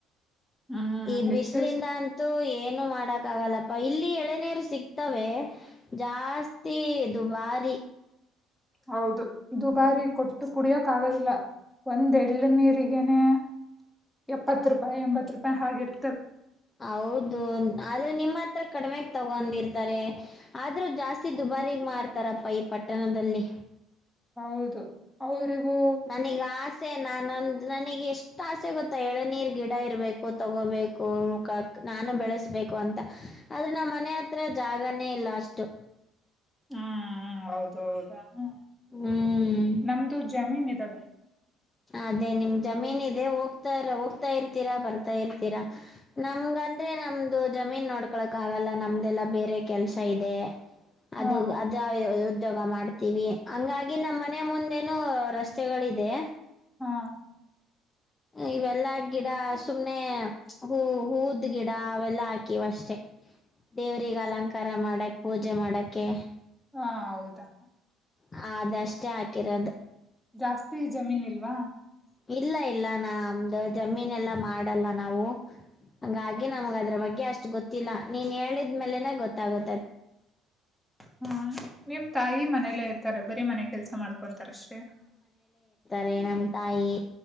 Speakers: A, in the centre; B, on the left.
A: ಹ್ಮ್
B: ಈ
A: ಹೆಚ್ಚು
B: ಬಿಸಿಲಿಂದ ಅಂತೂ ಎ ಏನು ಮಾಡಕ್ ಆಗಲ್ಲ ಇಲ್ಲಿ ಎಳೆನಿರು ಸಿಗ್ತವೆ ಜಾಸ್ತಿ ದುಬಾರಿ ರಿ
A: ಹೌದು ದುಬಾರಿ ಕೊಟ್ಟು ಕುಡಿಯಕ್ ಆಗದಿಲ್ಲ ಒಂದ್ ಎಳ್ ನೀರಿಗೆನೆ ಎಪ್ಪತ್ ರೂಪಾಯಿ ಎಂಬತ್ ರೂಪಾಯಿ ಹಾಗಿರ್ತ
B: ಹೌದು ಆದ್ರೆ ನಿಮ್ ತ್ ತ್ರ ಕಡಿಮೆಗ್ ತಗೊಂಡಿರ್ತಾರೆ ಆದ್ರೂ ಜಾಸ್ತಿ ದುಬಾರಿಗ್ ಮಾರ್ತಾರಪ್ಪ ಈ ಪಟ್ಟಣದಲ್ಲಿ
A: <inaudible> ಹೌದು ಅವ್ರಿಗೂ
B: ನನೀಗ್ ಆಸೆ ನಾನೊಂದ್ ನನಿಗೆ ಎಷ್ಟ್ ಆಸೆ ಗೊತ್ತಾ ಎಳನೀರ್ ಗಿಡ ಇರ್ಬೇಕು ತಗೋಬೇಕು ಮುಖಕ್ ನಾನು ಬೆಳೆಸ್ಬೇಕ್ ಬೇಕು ಅಂತ ಆದ್ರೆ ನಮ್ ಮನೆ ಹತ್ರ ಜಾಗನೇ ಇಲ್ಲ ಅಷ್ಟು
A: ಹಾ ಹ ಹೌದು ಹೌದಾ ಹ
B: ಹ್ಮ್
A: ನಮ್ದು ಜಮೀನ್ ಇದವೆ
B: ಅದೇ ನಿಮ್ ಜಮೀನ್ ಇದೆ ಹೋಗ್ತಾರ ಹೋಗ್ತಾ ಇರ್ತೀರಾ ಬರ್ತಾ ಇರ್ತೀರಾ ನಮ್ಗ್ ಅಂದ್ರೆ ನಮ್ದು ಜಮೀನ್ ನೋಡ್ಕೊಳಾಕ್ ಆಗಲ್ಲ ನಮ್ದೆಲ್ಲ ಬೇರೆ ಕೆಲ್ಸ ಇದೆ
A: ಹಾ
B: ಅದು ಅದ ಉದ್ಯೋಗ ಮಾಡ್ತೀವಿ ಹಂಗಾಗಿ ನಮ್ಮ್ ಮನೆ ಮುಂದೇನು ರಸ್ತೆಗಳಿದೆ
A: ಹಾ <inaudible>
B: ಇವೆಲ್ಲಾ ಗಿಡ ಸುಮ್ನೆ ಹೂ ಹೂದ್ ಗಿಡ ಅವೆಲ್ಲಾ ಹಾಕಿವ್ ಅಷ್ಟೇ ದೇವ್ರಿಗೆ ಅಲಂಕಾರ ಮಾಡಕ್ ಪೂಜೆ ಮಾಡಕೆ
A: ಹಾ ಹೌದಾ
B: ಹಾ ಅದಷ್ಟೇ ಹಾಕಿರೋದು
A: ಜಾಸ್ತಿ ಜಮೀನ್ ಇಲ್ವಾ
B: ಇಲ್ಲ ಇಲ್ಲ ನ ನಮ್ದು ಜಮೀನ್ ಎಲ್ಲಾ ಮಾಡಲ್ಲ ನಾವು ಹಂಗಾಗಿ ನಮಗ್ ಅದ್ರ ಬಗ್ಗೆ ಅಷ್ಟ್ ಗೊತ್ತಿಲ್ಲ ನೀನ್ ಹೇಳಿದ್ಮೇಲೆನೆ ಗೊತ್ತಾಗು
A: ಹ್ಮ ನಿಮ್ ತಾಯಿ ಮನೇಲೆ ಇರ್ತಾರೆ ಬರೀ ಮನೆಗೆ ಕೆಲ್ಸ ಮಾಡ್ಕೊಂತಾರಷ್ಟೇ
B: ರೆ ನಮ್ ತಾಯಿ